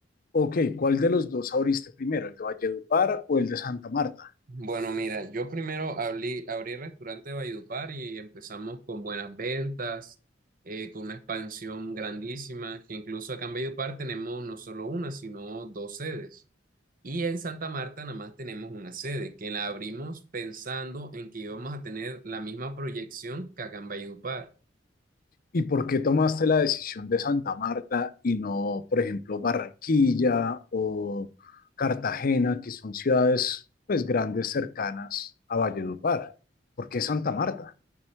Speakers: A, on the left; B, on the right.
A: Ok, ¿cuál de los dos abriste primero, el de Valledupar o el de Santa Marta?
B: Bueno, mira, yo primero abrí, abrí restaurante de Valledupar y empezamos con buenas ventas, eh, con una expansión grandísima, que incluso acá en Valledupar tenemos no solo una, sino dos sedes. Y en Santa Marta nada más tenemos una sede, que la abrimos pensando en que íbamos a tener la misma proyección que acá en Valledupar.
A: ¿Y por qué tomaste la decisión de Santa Marta y no, por ejemplo, Barranquilla o Cartagena, que son ciudades pues grandes cercanas a Valledupar? ¿Por qué Santa Marta?